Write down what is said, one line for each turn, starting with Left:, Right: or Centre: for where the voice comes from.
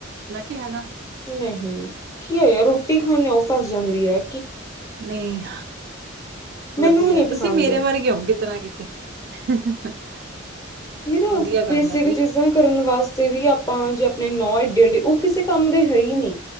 Right: ਕਿ ਹੈਗਾ
Left: ਨਹੀਂ ਕੀ ਹੈ ਯਾਰ ਕੀ, ਖੂ-ਨਸ ਫਸ ਜਾਂਦੀ ਐ।
Right: ਨਹੀਂ,
Left: ਮੈਨੂੰ
Right: ਵਧੀਆ
Left: ਨਹੀਂ
Right: ਤੁਸੀਂ
Left: ਪਸੰਦ
Right: ਮੇਰੇ ਬਾਰੇ ਕਿਓ ਹੋਉ ਕਿਤੇ ਨਾ ਕਿਤੇ <inaudible>
Left: ਯਾਰ,
Right: ਵਧੀਆ
Left: ਬੇਸਿਕ
Right: ਗੱਲ ਹੈ ਬਈ
Left: ਚੀਜ਼ਾਂ ਕਰਨ ਵਾਸਤੇ ਵੀ ਆਪਾਂ ਜੇ ਆਪਣੇ ਨੌ ਏਡੇੇ ਉਹ ਕਿਸੇ ਕੰਮ ਦੇ ਹੈ ਹੀ ਨਹੀਂ।